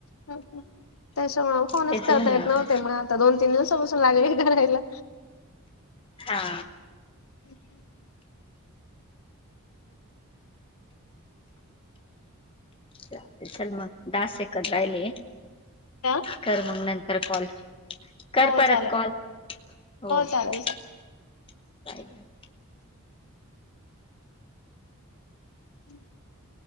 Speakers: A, on the left; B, on the left.
A: <unintelligible> त्याच्यामुळं, फोनच
B: तेच
A: करता
B: होऊन जात
A: येत नव्हते. म ता. दोन- तीन दिवसापासून लागलेय, करायला.
B: हा.
A: <inaudible>
B: <unintelligible> चल मग दा सेकंद राहिले
A: <unintelligible>
B: कर मग नंतर कॉल. कर
A: हो
B: परत
A: चालेल
B: कॉल. हो.
A: चालेल
B: <unintelligible>
A: चालेल. <inaudible>